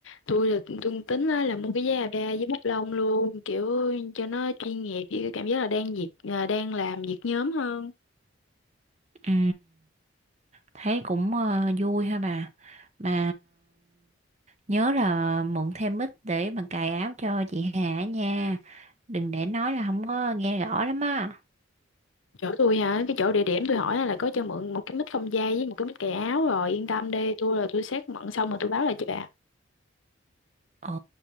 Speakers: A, on the left; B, on the right.
A: Tôi là tôi tính á, là mua cái giá ba với bút lông luôn, kiểu cho nó chuyên nghiệp, với cái cảm giác là đang dịp là đang làm việc nhóm hơn.
B: Ừ, thấy cũng ờ, vui ha bà. Mà nhớ là mượn thêm mic để mà cài áo cho chị Hà nha. Đừng để nói là không có nghe rõ lắm á.
A: chỗ tôi hả cái chỗ địa điểm tôi hỏi là có cho mượn một cái mít không dây với một cái mít cài áo rồi yên tâm đi tôi là tôi xét mận xong rồi tôi báo lại cho bà
B: Ờ,